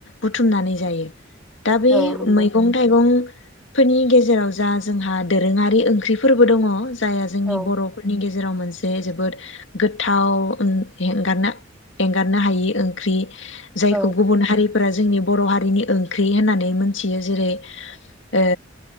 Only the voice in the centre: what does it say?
औ नंगौ
औ
औ